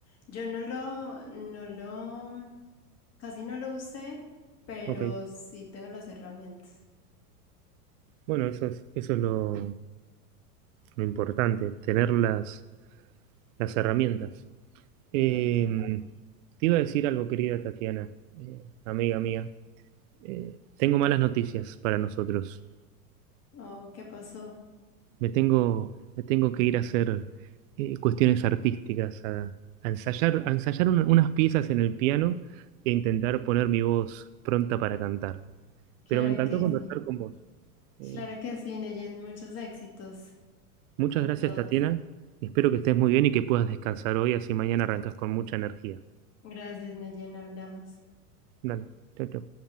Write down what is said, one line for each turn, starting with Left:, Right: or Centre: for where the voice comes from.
Left: Yo no lo, no lo, casi no lo usé, pero
Right: Ok,
Left: sí tengo las herramientas.
Right: bueno, eso es, eso es lo, lo importante, tener las, las herramientas. Eh,
Left: Total.
Right: te iba a decir algo, querida Tatiana, eh, amiga mía. Eh, tengo malas noticias para nosotros.
Left: Oh, ¿qué pasó?
Right: Me tengo, me tengo que ir a hacer eh, cuestiones artísticas, a, a ensayar, a ensayar un- unas piezas en el piano e intentar poner mi voz pronta para cantar.
Left: Claro
Right: Pero me encantó
Left: que
Right: conversar
Left: sí.
Right: con vos. Eh,
Left: Claro que sí, Neyen, muchos éxitos
Right: muchas
Left: con
Right: gracias,
Left: todos.
Right: Tatiana. Espero que estés muy bien y que puedas descansar hoy, así mañana arrancas con mucha energía.
Left: Gracias, Neyen, hablamos.
Right: Dale, chao, chao.